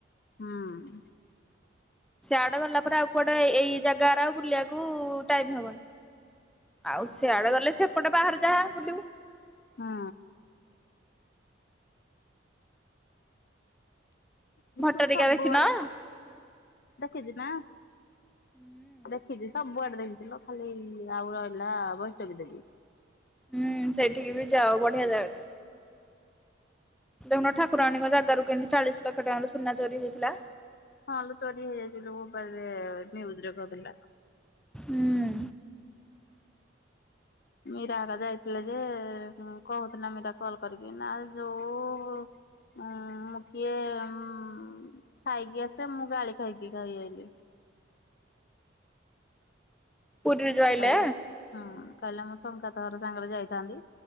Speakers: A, on the left; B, in the centre.
A: ହୁଁ।
B: ସେଆଡେ ଗଲା ପରେ ଆଉ କୁଆଡେ ଏଇ ଜାଗାରେ ଆଉ ବୁଲିବାକୁ-ଉ ଟାଇମ୍ ହବନି। ଆଉ ସେଆଡେ ଗଲେ, ସେପଟେ ବାହାର ଯାହା ବୁଲିବୁ।
A: ହଁ। ମୁଁ
B: ଭଟରିକା
A: କହୁଛି ସବୁବେଳେ
B: ଦେଖିନ?
A: ଦେଖିଛି ନା
B: ହୁଁ
A: ଦେଖିଛି। ସବୁଆଡେ ଦେଖିଛିଲୋ ଖାଲି ଆଉ ରହିଲା ବୈଷ୍ଣବୀ ଦେବୀ।
B: ହୁଁ, ସେଠିକି ବି ଯାଉ ବଢିଆ ଜାଗାଟେ। ଦେଖୁନ ଠାକୁରାଣୀଙ୍କ ଜାଗାରୁ କେମିତି ଚାଳିଶ ଲକ୍ଷ ଟଙ୍କାର ସୁନା ଚୋରି ହେଇଥିଲା।
A: ହଁ ଲୋ ଚୋରି ହେଇଯାଇଛି <unintelligible> ମୋବାଇଲରେ ନ୍ୟୁଜରେ କହୁଥିଲା।
B: ହୁଁ।
A: ମୀରା ଘରିକା ଯାଇଥିଲେ ଯେ ହୁଁ କହୁଥିଲା ମୀରା କଲ୍ କରିକି ନା ଯୋଉ ଉଁ ମୁଁ କିଏ ଉଁ ଖାଇକି ଆସେ ମୁଁ ଗାଳି ଖାଇକି ଖାଇ ଆଇଲି।
B: ପୁରୀରେ ଯୋଉ ଆଇଲେ
A: କହିଲେ ହୁଁ କହିଲା ମୁଁ ସଙ୍ଗାତ ଘର ସାଙ୍ଗରେ ଯାଇଥାନ୍ତି।